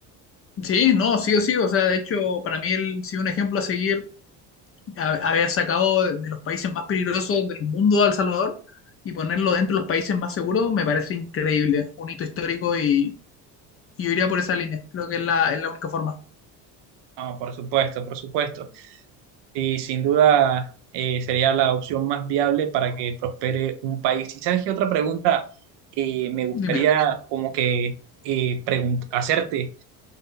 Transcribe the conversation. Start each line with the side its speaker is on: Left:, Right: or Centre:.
Left: Sí, no, sí o sí. O sea, de hecho, para mí el, sí un ejemplo a seguir, a- haber sacado de, de los países más peligrosos del mundo a El Salvador y ponerlo dentro de los países más seguros, me parece increíble, un hito histórico y, y yo iría por esa línea. Creo que es la, es la única forma.
Right: No, por supuesto, por supuesto. Y sin duda eh, sería la opción más viable para que prospere un país. ¿Y sabes qué otra pregunta eh, me gustaría
Left: Dime.
Right: como que eh, pregun- hacerte?